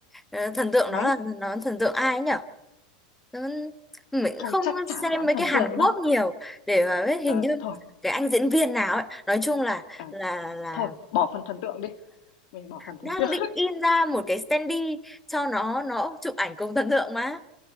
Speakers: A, in the centre; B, on the left (about 60°).
A: Ờ, thần tượng
B: bánh,
A: nó là nó thần tượng ai nhỉ? Nó- mình
B: thôi
A: không
B: chắc chả
A: xem
B: dám
A: mấy
B: thần
A: cái Hàn
B: tượng
A: Quốc
B: đâu.
A: nhiều để mà biết hình
B: Ờ,
A: như
B: thôi,
A: cái anh diễn viên nào ấy nói chung là
B: ờ,
A: là là
B: thôi, bỏ phần thần tượng đi, mình bỏ phần
A: đang
B: thần tượng.
A: định in ra một cái standee cho nó nó chụp ảnh cùng thần tượng mà